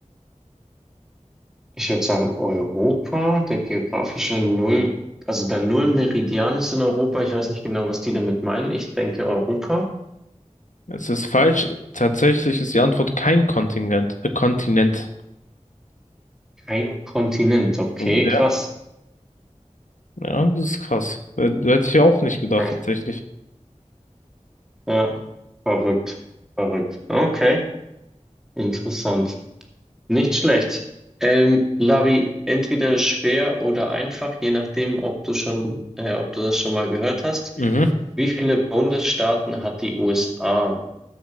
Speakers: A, in the centre; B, on the left.
A: Ich würde sagen, Europa, der geografische Null, also der Nullmeridian ist in Europa. Ich weiß nicht genau, was die damit meinen. Ich denke Europa.
B: Es ist falsch. Tatsächlich ist die Antwort kein Kontingent, äh, Kontinent.
A: Kein Kontinent. Okay,
B: Ja.
A: krass.
B: Ja, das ist krass. Äh, Hätte ich auch nicht gedacht,
A: Crazy.
B: tatsächlich.
A: Ja, verrückt. Verrückt. Okay, interessant. Nicht schlecht. Ähm, Lavi, entweder schwer oder einfach, je nachdem, ob du schon, äh, ob du das schon mal gehört hast.
B: Mhm.
A: Wie viele Bundesstaaten hat die USA?